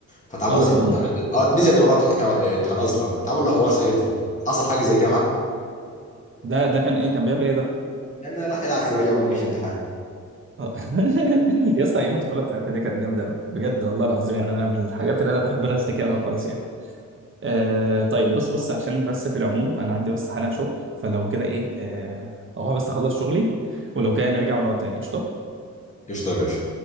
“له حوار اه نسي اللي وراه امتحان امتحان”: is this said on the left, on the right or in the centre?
Left